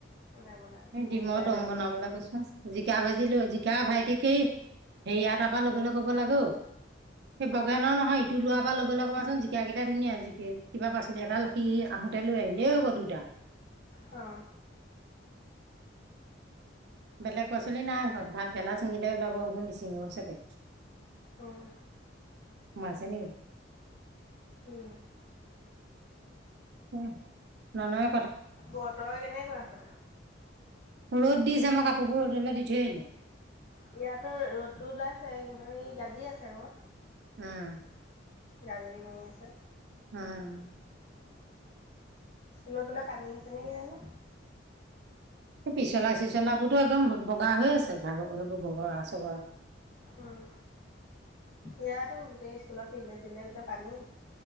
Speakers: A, on the left; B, on the right.
A: বনাই বনাই
B: ডিমৰ
A: তিনিটাই
B: দম
A: লাগে,
B: বনাবলৈ কৈছো জিকা ভা। জিকা ভাইটিকেই হেৰিয়া তাৰ পৰা লবলৈ কব লাগে ঔ। সেই বগেনৰ নহয় ইটো লৰা পৰা লবলৈ ক'বাচোন। জিকা কেইটা ধুনীয়া আজিকে কিবা পাচলি এটা সি আহোঁতে লৈ আহিলেই হ'ব দুইটা।
A: অ।
B: বেলেগ
A: চব্জি
B: পাচলি নাই ঘৰত ভাত। গেলা চিঙিলে ওলাব হ'ব নিচিঙৰ চাগে।
A: উম।
B: মাজে নেকি?
A: কি
B: উম ননই।
A: বতৰ কেনেকুৱা সেইফালে।
B: ৰ'দ দিছে মই কাপোৰবোৰ ৰ'দলে দি থৈ আহিলো।
A: ইয়াতো ৰ'দটো ওলাইছে কিন্তু সেই গাজি আছে আকৌ।
B: হম।
A: গাজনি মাৰি আছে।
B: উম
A: স্কুলৰ পেলাই পানী আহিছে নে কি জানো?
B: পিছলা চিছলা বোৰ টো একদম বগা হৈ আছে ঘা ঘগৰা চগৰা
A: উম ইয়াতো গোটেই স্কুলৰ ফিল্ডে চিল্ডে গোটেই পানী।